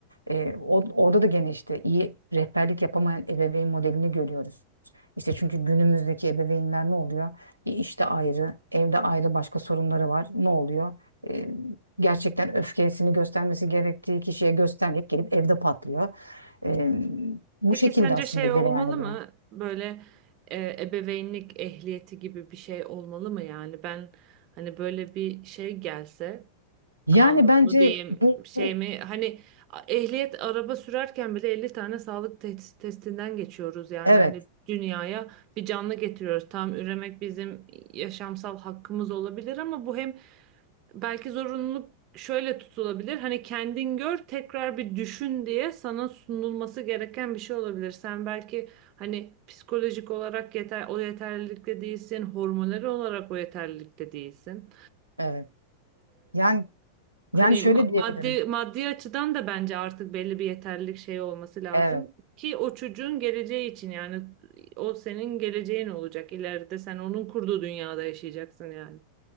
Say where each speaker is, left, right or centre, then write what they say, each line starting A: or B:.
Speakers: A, on the right; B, on the right.
A: E, o- orada da gene işte iyi rehberlik yapamayan ebeveyn modelini görüyoruz. İşte çünkü günümüzdeki ebeveynler ne oluyor? E, İşte ayrı, evde ayrı başka sorunları var. Ne oluyor? E, gerçekten öfkesini göstermesi gerektiği kişiye göstermeyip gelip evde patlıyor. E, bu
B: Peki
A: şekilde
B: sence
A: aslında
B: şey olmalı
A: cereyan ediyor.
B: mı? Böyle e, ebeveynlik ehliyeti gibi bir şey olmalı mı yani? Ben hani böyle bir şey gelse
A: Yani
B: kanun
A: bence
B: mu diyeyim
A: bu
B: şey
A: bu-
B: mi hani a- ehliyet araba sürerken bile 50 tane sağlık tes- testinden geçiyoruz yani
A: evet,
B: hani dünyaya bir canlı getiriyoruz. Tam üremek bizim yaşamsal hakkımız olabilir ama bu hem belki zorunluluk şöyle tutulabilir. Hani kendin gör, tekrar bir düşün diye sana sunulması gereken bir şey olabilir. Sen belki hani psikolojik olarak yeter o yeterlilikte değilsin, hormonal olarak o yeterlilikte değilsin
A: evet. Yani yani
B: Hani
A: şöyle
B: ma- maddi
A: diyebilirim.
B: maddi açıdan da bence artık belli bir yeterlilik şey olması lazım
A: Evet.
B: ki o çocuğun geleceği için yani o senin geleceğin olacak. ileride sen onun kurduğu dünyada yaşayacaksın yani.